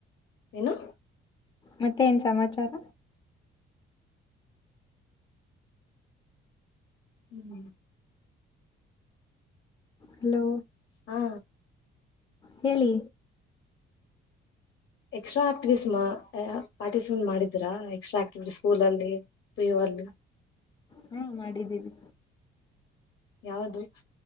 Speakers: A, on the left (about 65°); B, on the left (about 25°).
A: ಏನು
B: ಮತ್ತೆ ಏನ ಸಮಾಚಾರ
A: ಹ್ಮ್
B: ಹಲೋ
A: ಹಾ
B: ಹೇಳಿ
A: ಎಕ್ಸ್ಟ್ರಾ ಆಕ್ಟಿವಿಟೀ ಪಾರ್ಟಿಸಿಪೇಟ್ ಮಾಡಿದ್ರಾ ಎಕ್ಸ್ಟ್ರಾ ಆಕ್ಟಿವಿಟೀ ಸ್ಕೂಲಲ್ಲಿ ಪಿಯು ಅಲ್ಲಿ
B: ಹಾ ಮಾಡಿದ್ದೀವಿ
A: ಯಾವದು